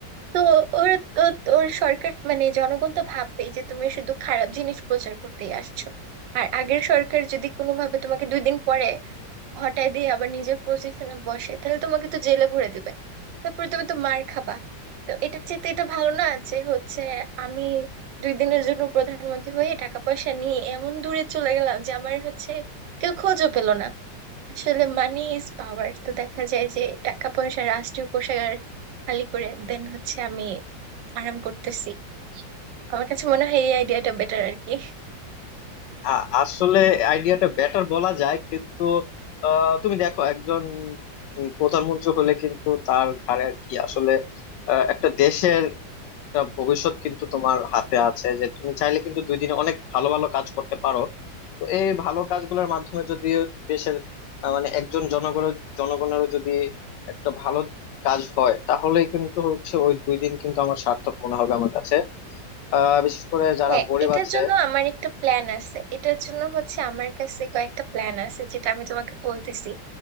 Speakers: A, on the right; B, on the left.
A: তো ওরা তো ওর সরকার মানে জনগণ তো ভাববেই যে তুমি শুধু খারাপ জিনিস প্রচার করতেই আসছো আর আগের সরকার যদি কোনোভাবে তোমাকে দুই দিন পরে হটায় দিয়ে আবার নিজের পজিশনে বসে তাহলে তোমাকে তো জেলে ভরে দিবে তারপরে তুমি তো মার খাবা তো এটার চেয়ে তো এটা ভালো না যে হচ্ছে আমি দুই দিনের জন্য প্রধানমন্ত্রী হয়ে টাকা পয়সা নিয়ে এমন দূরে চলে গেলাম যে আমার হচ্ছে কেউ খোঁজও পেলো না আসলে মানি ইজ পাওয়ার তো দেখা যায় যে টাকা পয়সা রাষ্ট্রীয় কোষাগার খালি করে দেন হচ্ছে আমি আরাম করতেছি আমার কাছে মনে হয় এই আইডিয়াটা বেটার আর কি
B: আ- আসলে আইডিয়াটা বেটার বলা যায় কিন্তু আহ, তুমি দেখো একজন উম, প্রধানমন্ত্রী হলে কিন্তু তার ঘাড়ে আর কি আসলে আহ, একটা দেশের একটা ভবিষ্যৎ কিন্তু তোমার হাতে আছে যে তুমি চাইলে কিন্তু দুই দিনে অনেক ভালো ভালো কাজ করতে পারো তো এই ভালো কাজগুলোর মাধ্যমে যদি দেশের আহ, মানে একজন জনগণের জনগণেরও যদি একটা ভালো কাজ হয় তাহলে কিন্তু হচ্ছে ওই দুই দিন কিন্তু আমার সার্থক মনে হবে আমার কাছে আহ বিশেষ করে যারা
A: হ্যাঁ
B: গরিব
A: এটার
B: আছে
A: জন্য আমার একটা প্ল্যান আছে এটার জন্য হচ্ছে আমার কাছে কয়েকটা প্ল্যান আছে যেটা আমি তোমাকে বলতেছি